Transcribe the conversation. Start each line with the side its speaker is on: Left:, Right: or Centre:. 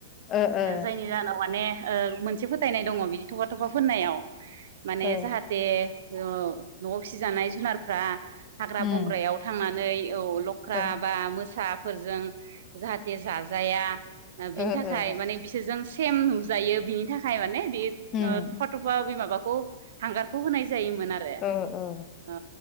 Left: ओ ओ
Right: जायनि जाहोनाव माने- ओ मोनसे फोथायनाय दङ बिदि थफा थफा फोननायाव। माने
Left: ओ
Right: जाहाथे औ न'आव फिसिजानाय जुनारफ्रा हाग्रा
Left: उम
Right: बंग्रायाव थांनानै औ लख्रा
Left: ओ
Right: बा मोसा फोरजों जाहाथे जाजाया बिनि
Left: ओ
Right: थाखाय माने बिसोरजों सेम नुजायो बिनि थाखाय माने बे
Left: उम
Right: थफा थफा बे माबाखो खौ हांगारखौ होनाय जायोमोन आरो
Left: ओ ओ
Right: अ